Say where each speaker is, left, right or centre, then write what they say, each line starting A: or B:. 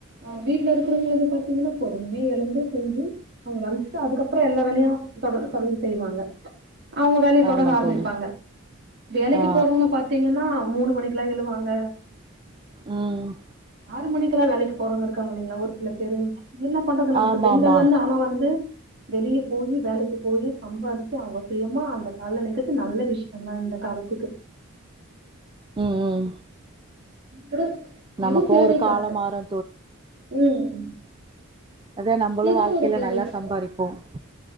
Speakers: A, on the right; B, on the right.
A: ஆ வீட்ல இருக்கிறவங்களுக்கு பாத்தீங்கன்னா பொறுமையா எழுந்து செஞ்சு அவங்க அமிச்சிட்டு அதுக்கப்பற எல்லா வேலையு தொடர் தொடந்து செய்வாங்க அவங்க வேலையை தொடர
B: ஆமா
A: ஆரம்பிப்பாங்க
B: தோழி
A: வேலைக்கு
B: ஆ
A: போறவங்க பாத் பாத்தீங்கன்னா மூணு மணிக்குல்லா எழுவாங்க
B: ம்
A: ஆறு மணிக்குல்லா வேலைக்கு போறவங்க இருக்காங்க இலைங்களா ஒரு சில பேரு என்ன பண்றது நமக்கு
B: ஆமா
A: பெண்கள்
B: ஆமா
A: வந்து ஆனா வந்து வெளியே போய் வேலைக்கு போய் சம்பாதிச்சு அவங்க சுயமா அந்த கால்ல நிக்கத் நல்ல விஷயந்தா இந்த காலத்துக்கு
B: ம் ம்
A: உடு எதுவு
B: நமக்கு
A: தேவைக்காக
B: ஒரு காலம் மாறு
A: ம்
B: அதே நம்பளு
A: ஏதோ
B: வாழ்க்கையில
A: ஒரு தேவைக்காக
B: நல்லா சம்பாரிப்போம்